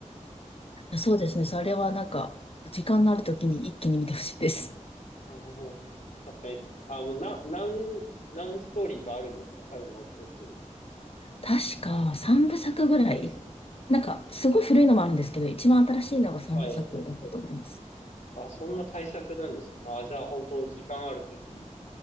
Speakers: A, on the left; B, on the left.
A: そうですね。それはなんか、時間のある時に一気に見てほしいです。
B: はいはいはい。確かに。あ、もうな、何、何ストーリーかあるんですか猿の惑星っていうのは。
A: 確か3部作ぐらい。
B: はい。
A: なんか、すごい古いのもあるんですけど、
B: あ、
A: 一番新しいのが3部作だったと思います。
B: はい。あ、そんな対策なんですね。あ、じゃあ本当時間あるとき